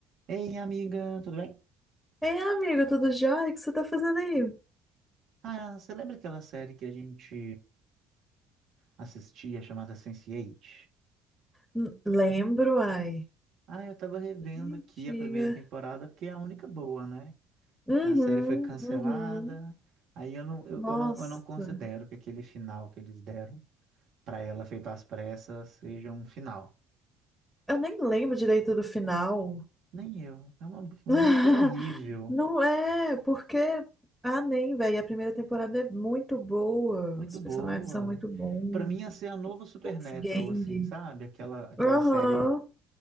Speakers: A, on the right (about 60°); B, in the centre.
A: Ei, amiga, tudo bem?
B: Ei, amigo, tudo jóia? O que você tá fazendo aí?
A: Ah, você lembra aquela série que a gente assistia chamada Sense8?
B: Hum, Lembro, ai.
A: Ah, eu tava revendo
B: Antiga.
A: aqui a primeira temporada porque é a única boa, né?
B: Uhum,
A: Que a série foi cancelada.
B: uhum.
A: Aí eu não, eu,
B: Nossa,
A: eu não, eu não considero que aquele final que eles deram pra ela feito às pressas seja um final.
B: eu nem lembro direito do final.
A: Nem eu. É uma, eu
B: <laughs>
A: lembro que era horrível,
B: Não é, porque. Ah, nem, velho. A primeira temporada é muito boa.
A: muito
B: Os
A: boa.
B: personagens são muito bons.
A: Pra mim ia ser a novo Supernatural,
B: Wolfgang.
A: assim, sabe? Aquela, aquela
B: Aham.
A: série